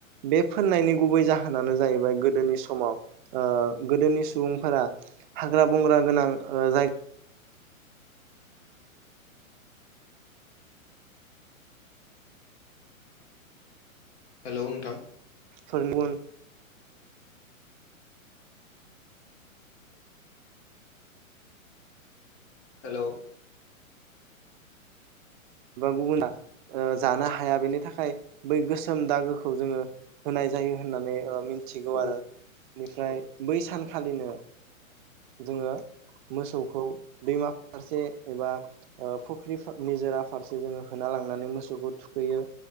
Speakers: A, on the right; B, on the left.
A: बे फोननायनि गुबै जाहोनानो जाहैबाय गोदोनि समाव गोदोनि सुबुंफोरा हाग्रा बंग्रा गोनां ओ जायगा
B: हेलौ नोंथां
A: फोर गुबुन
B: हेल
A: बा गुबुना ओ जानो हाया बेनि थाखाय बै गोसोम दागोखौ जोङो होनाय जायो होननानै मिथि मिथिगौ
B: औ
A: आरो बेनिफ्राय
B: औ
A: बै सानखालिनो जोङो मोसौखौ दैमा फारसे एबा फुख्रि निजोरा फारसे जोङो होना लांनानै मोसौखौ थुखैयो